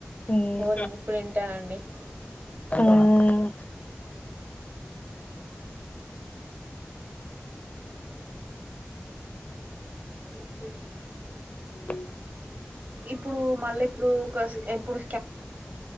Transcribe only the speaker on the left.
మ్మ్.
మ్మ్.
ఉ